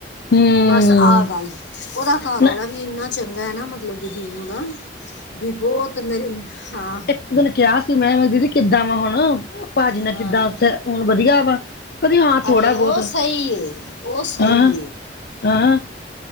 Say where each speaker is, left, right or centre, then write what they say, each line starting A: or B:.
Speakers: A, on the left; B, on the left.
A: ਹੂੰ
B: ਬਸ ਆ ਗੱਲ, ਉਹਦਾ ਘਰ
A: ਨਾ
B: ਵਾਲਾ ਵੀ ਇੰਨਾ ਤ ਚੰਗਾ ਹੈ ਨਾ ਮਤਲਬ ਬਿਨੁ ਦਾ, ਵੀ ਬਹੁਤ ਮੇਰੇ ਹਾਂ
A: ਨ ਨੇ ਕਿਹਾ ਸੀ ਮੈਂ ਦੀਦੀ ਕਿੱਦਾਂ ਵਾ ਹੁਣ, ਭਾਜੀ ਨਾਲ
B: ਹਾਂ
A: ਕਿੱਦਾਂ ਹੁਣ ਵਧੀਆ ਵਾ। ਕਦੀ ਹਾਂ ਥੋੜਾ
B: ਅਰੇ
A: ਬਹੁਤ
B: ਔ ਸਹੀ ਹੈ, ਔ ਸਹੀ
A: ਹਾਂ
B: ਏ
A: ਹਾਂ